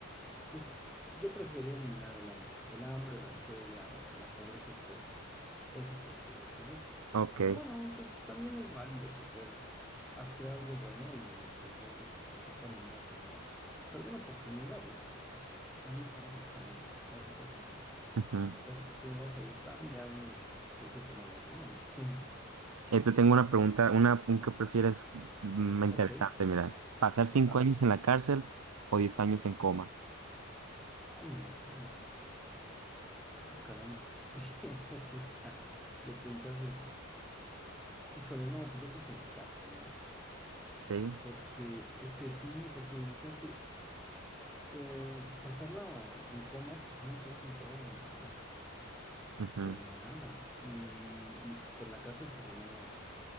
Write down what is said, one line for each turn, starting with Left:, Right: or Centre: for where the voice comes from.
Centre: Pues yo preferiría eliminar el hambre, el hambre o la miseria o la pobreza extrema. Eso preferiría hacer yo.
Right: Ok.
Centre: Pero bueno, pues también es válido pues ver, has creado algo bueno y pues verlo de cierta manera como pues alguna oportunidad, ¿no? Porque pues también para eso está la situación.
Right: ujú.
Centre: Las oportunidades ahí están, ya uno decide tomarlas o no, ¿no? <laughs>
Right: Eh, te tengo una pregunta, una, un que prefieres mm, interesante,
Centre: Ok,
Right: mira. ¿Pasar cinco
Centre: a ver.
Right: años en la cárcel o diez años en coma?
Centre: Ay, en la torre. Ah, caramba. <laughs> Está de pensarse. Híjole, no, pues yo creo que en la cárcel, ¿no?
Right: Sí.
Centre: Porque es que sí, porque imagínate, eh, pasarla en coma, pues no te vas a enterar de nada,
Right: Ujú,
Centre: de nada. Y, y pues por la cárcel por lo menos,